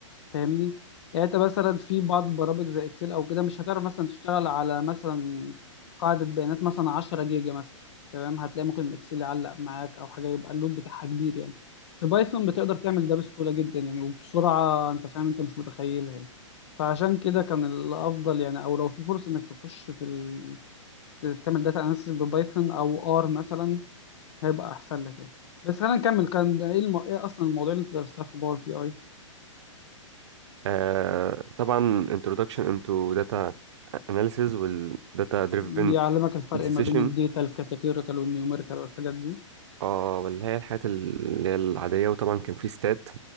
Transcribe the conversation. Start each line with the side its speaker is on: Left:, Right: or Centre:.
Left: فاهمني يعني انت مثلا في بعض البرامج زي اكسل او كده مش هتعرف مثلا تشتغل على مثلا قاعدة بيانات مثلا 10 جيجا مثلا تمام هتلاقي ممكن الاكسل يعلق معاك او حاجة يبقى اللود بتاعها كبير يعني في بايثون بتقدر تعمل ده بسهولة جدا يعني وبسرعة انت فاهم انت مش متخيلها يعني فعشان كده كان الافضل يعني او لو في فرصة انك تخش في ال... تعمل داتا اناليسيس ببايثون او ار مثلا هيبقى احسن لك يعني بس خلينا نكمل كان ده ايه الم... ايه اصلا المواضيع اللي انت درستها في الباور بي اي
Right: آه، طبعا introduction into data analysis وال data driven
Left: بيعلمك الفرق
Right: decision
Left: ما بين الداتا الكاتيجوريكال والنيوميريكال والحاجات دي
Right: اه واللي هي الحاجات اللي هي العادية وطبعا كان في stat